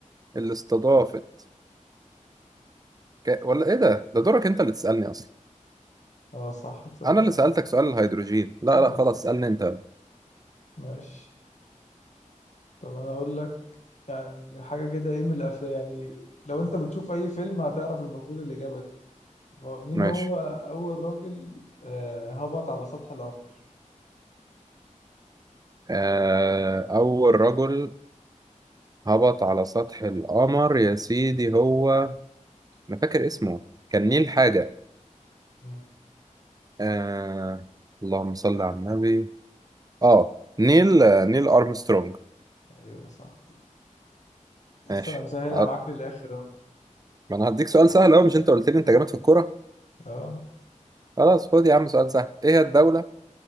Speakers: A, on the right (about 30°); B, on the left (about 60°).
A: اللي استضافت ك... ولا ايه ده ده دورك انت اللي تسألني اصلا
B: آه، صح تصدق
A: انا اللي سألتك سؤال الهيدروجين لا
B: ايوه
A: لا خلاص
B: صح
A: اسألني انت
B: ماشي طب انا اقول لك يعني حاجة كده ايه من الافلام يعني لو انت بتشوف اي فيلم هتعرف المفروض الاجابة دي هو- مين
A: ماشي
B: هو اول راجل آه، هبط على سطح القمر
A: آه... اول رجل هبط على سطح القمر يا سيدي هو انا فاكر اسمه كان نيل حاجة
B: مم.
A: آه... اللهم صل على النبي اه نيل آه، نيل ارمسترونج
B: ايوه صح
A: ماشي
B: بس انا مسهلها
A: عط-
B: معاك للاخر اهو
A: ما انا هديك سؤال سهل اهو مش انت قلت لي انت جامد في الكورة
B: اه
A: خلاص خد يا عم سؤال سهل ايه هي الدولة